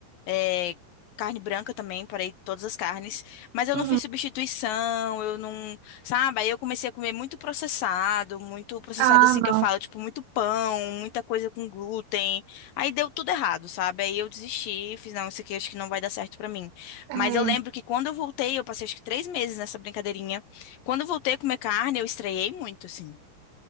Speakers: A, on the left; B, on the right.
A: é, carne branca também, parei todas as carnes. Mas eu
B: Uhum.
A: não fiz substituição, eu não. Sabe? Aí eu comecei a comer muito processado, muito processado
B: Ah,
A: assim
B: não.
A: que eu falo, tipo, muito pão, muita coisa com glúten. Aí deu tudo errado, sabe? Aí eu desisti, fiz, não, isso aqui acho que não vai dar certo pra mim.
B: É.
A: Mas eu lembro que quando eu voltei, eu passei acho que três meses nessa brincadeirinha. Quando eu voltei a comer carne, eu estranhei muito, assim.